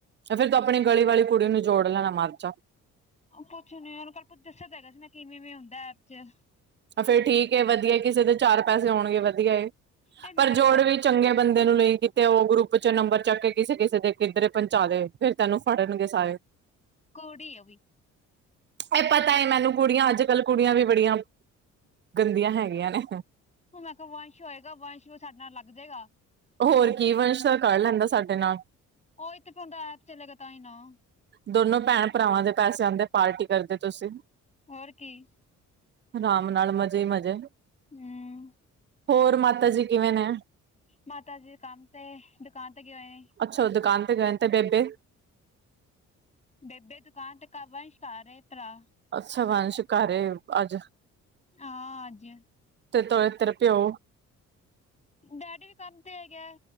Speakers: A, on the right; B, on the left.
A: ਤੇ ਫੇਰ ਤੂੰ ਆਪਣੀ ਗਲੀ ਵਾਲੀ ਕੁੜੀ ਨੂੰ ਜੋੜ ਲੈਣਾ ਮਰਜਾ।
B: ਪੁੱਛ ਨੀ ਆ। ਉਹਨੂੰ ਕੱਲ ਪੁੱਛ ਦੱਸਿਆ ਤਾਂ ਹੈਗਾ ਸੀ ਮੈਂ ਕਿਵੇਂ-ਕਿਵੇਂ ਹੁੰਦਾ ਐਪ ਚ।
A: ਫੇਰ ਠੀਕ ਹੈਏ ਵਧੀਆ ਕਿਸੇ ਦੇ ਚਾਰ ਪੈਸੇ ਆਣਗੇ ਵਧੀਆ
B: ਮੈਂ ਕਿਹਾ
A: ਪਰ
B: ਇੱਕ
A: ਜੋੜ ਵਿੱਚ ਚੰਗੇ ਬੰਦੇ ਨੂੰ ਲਈ ਕੀਤੇ ਉਹ ਗਰੁੱਪ ਚ ਨੰਬਰ ਚੱਕ ਕੇ ਕਿਸੇ-ਕਿਸੇ ਦੇ ਕਿੱਧਰੇ ਪਹੁੰਚਾ ਦੇ ਫਿਰ ਤੈਨੂੰ ਫੜਨਗੇ ਸਾਰੇ।
B: ਕੁੜੀ ਉਹ ਵੀ
A: ਇਹ ਪਤਾ ਮੈਨੂੰ ਕੁੜੀਆਂ ਅੱਜ ਕੱਲ ਕੁੜੀਆਂ ਵੀ ਬੜੀਆਂ ਗੰਦੀਆਂ ਹੈਗੀਆਂ ਨੇ
B: ਹੁਣ ਮੇਕੋ ਵੰਸ਼ ਹੋਏਗਾ। ਵੰਸ਼ੂ ਸਾਡੇ ਨਾਲ ਲੱਗ ਜਾਏਗਾ।
A: ਹੋਰ ਕੀ ਵੰਸ਼ ਤਾਂ ਕਰ ਲੈਂਦਾ ਸਾਡੇ ਨਾਲ
B: ਉਹਤੇੇ ਤੁਹਾਡਾ ਐਪ ਚਲੇਗਾ ਤਾਂ ਹੀ ਨਾ
A: ਦੋਨੋ ਭੈਣ ਭਰਾਵਾਂ ਦੇ ਪੈਸੇ ਆਂਦੇ ਪਾਰਟੀ ਕਰਦੇ ਤੁਸੀਂ।
B: ਹੋਰ ਕੀ।
A: ਅਰਾਮ ਨਾਲ ਮਜ਼ੇ ਈ ਮਜ਼ੇ।
B: ਹਮ।
A: ਹੋਰ ਮਾਤਾ ਜੀ ਕਿਵੇਂ ਨੇ
B: ਮਾਤਾ ਜੀ ਕੰਮ ਤੇ ਦੁਕਾਨ ਤੇ ਗਏ ਹੋਏ।
A: ਅੱਛਾ ਉਹ ਦੁਕਾਨ ਤੇ ਗਏ ਤੇ ਬੇਬੇ
B: ਬੇਬੇ ਦੁਕਾਨ ਤੇ ਕ ਵੰਸ਼ ਘਰ ਹ ਭਰਾ
A: ਅੱਛਾ ਵੰਸ਼ ਘਰ ਏ ਅੱਜ।
B: ਆਂ ਅੱਜ।
A: ਤੇ ਤੋ ਤੇ ਪਿਓ
B: ਡੈਡੀ ਵੀ ਕੰਮ ਤੇ ਹੈ ਗਿਆ